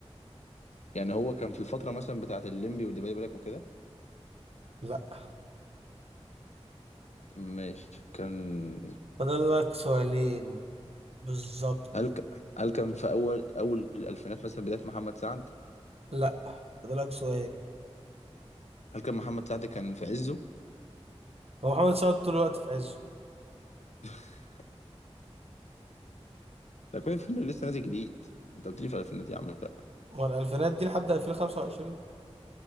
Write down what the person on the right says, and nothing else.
لا
فاضل لك سؤالين بالظبط
لا فاضل لك سؤال
هو محمد سعد طول الوقت في عزه
هو الالفينات دي لحد 2025